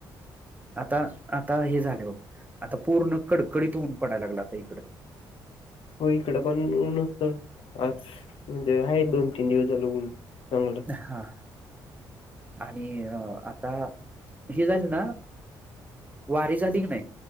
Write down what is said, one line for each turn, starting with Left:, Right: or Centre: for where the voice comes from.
Right: आता आता हे झाले हो आता पूर्ण कडकडीत ऊन पडाला लागला आता इकडं
Left: हो इकड पण ऊन होत आज म्हणजे आहे दोन तीन दिवस झालं ऊन चांगलं
Right: हा आणि आता ही झाली ना वारी झाली की नाही